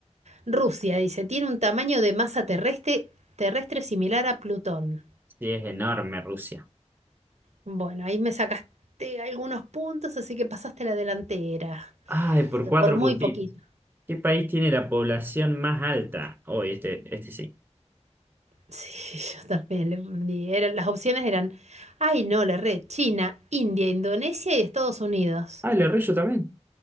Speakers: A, on the right; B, on the right.
A: Rusia, dice, tiene un tamaño de masa terrestre, terrestre similar a Plutón.
B: Sí, es enorme Rusia.
A: Bueno, ahí me sacaste algunos puntos, así que pasaste la delantera.
B: Ay, por
A: pero
B: cuatro
A: Por muy
B: puntitos.
A: poquito.
B: ¿Qué país tiene la población más alta? Oh, y este, este sí.
A: Sí, <laughs> yo también. le poní- eran- las opciones eran, ay no, la red, China, India, Indonesia y Estados Unidos.
B: Ah, el de Arroyo también.